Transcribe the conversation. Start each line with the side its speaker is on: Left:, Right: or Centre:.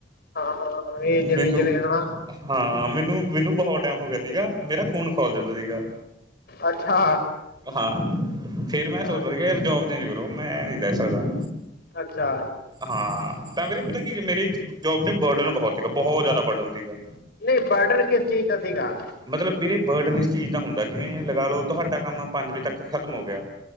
Left: ਹਾਂ, ਇਹ
Right: ਮੈਨੂੰ
Left: ਜਿਵੇਂ- ਜਿਵੇਂ ਹਨਾ।
Right: ਹਾਂ ਮੈਨੂੰ- ਮੈਨੂੰ ਬਹੁਤ ਟਾਇਮ ਹੋ ਗਿਆਂ ਸੀਗਾ, ਮੇਰਾ ਖ਼ੂਨ ਖੋਲ ਜਾਦਾ। ਸੀਗਾ,
Left: ਅੱਛਾ
Right: ਹਾਂ। ਫੇਰ ਮੈਂ ਸੋਚਦਾ
Left: ਹਾਂ,
Right: ਕਿ ਯਾਰ ਜੋਬ ਚੇਂਜ ਕਰੋ ਮੈਂ ਐਵੇਂ ਨੀ ਰਹਿ ਸਕਦਾਂ।
Left: ਅੱਛਾ।
Right: ਹਾਂ ਤਾਂ ਵੀਰੇ ਪਤਾਂ ਕੀ ਮੇਰੀ ਜੋਬ ਚ ਬਰਡਨ ਬਹੁਤ ਸੀਗਾ ਬਹੁਤ ਜ਼ਿਆਦਾ ਬਰਡਨ ਸੀਗਾ।
Left: ਨਹੀਂ, ਬਾਡਰ ਕਿਸ ਚੀਜ਼ ਦਾ ਸੀਗਾ।
Right: ਮਤਲਬ ਵੀਰੇ ਬਰਡਨ ਇਸ ਚੀਜ਼ ਦਾ ਹੁੰਦਾ ਜਿਵੇਂ ਲਗਾ ਲਓ ਤੁਹਾਡਾ ਕੰਮ। ਪੰਜ ਵਜੇ ਤੱਕ ਖਤਮ ਹੋ ਗਿਆਂ,